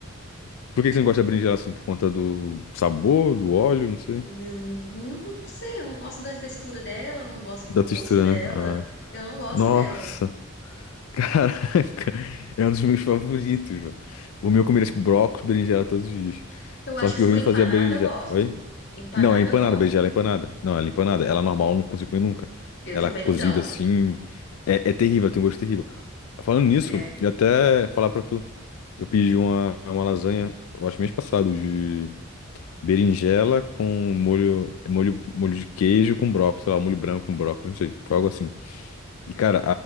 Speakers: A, on the left (about 80°); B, on the left (about 50°).
A: Por que que você não gosta da berinjela assim? Por conta do sabor, do óleo, não sei.
B: N- Não, não sei, eu não gosto da textura dela, eu não gosto do
A: Da
B: gosto
A: textura,
B: dela.
A: né? Ah.
B: Eu não gosto
A: Nossa,
B: dela.
A: <laughs> caraca, é um dos meus favoritos, velho. O meu eu comeria, tipo, brócolis, berinjela todos os dias.
B: Eu
A: Só
B: acho
A: que
B: que se
A: o Rino
B: for empanada,
A: fazia berinjela.
B: eu gosto.
A: Oi?
B: Empanada,
A: Não, é empanada,
B: eu gosto.
A: berinjela é empanada. Não, ela é empanada. Ela normal eu não consigo comer nunca.
B: Eu
A: Ela
B: também.
A: é cozida
B: Então,
A: assim.
B: é.
A: É, é terrível, ela tem um gosto terrível. Falando nisso,
B: É.
A: eu até falar pra tu. Eu pedi uma, uma lasanha, eu acho mês passado, de berinjela com molho, é molho, molho de queijo com brócolis, sei lá, molho branco com brócolis, não sei. Foi algo assim. E, cara,